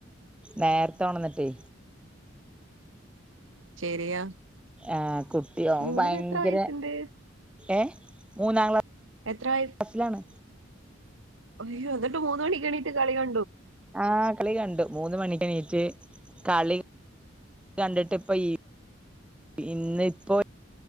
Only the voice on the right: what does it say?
<unintelligible>
മോന്
എത്ര വയസ്സുണ്ട്
എത്ര വയസ്
അയ്യോ എന്നിട്ട് മൂന്ന് മണിക്ക് എണീറ്റ് കളി ക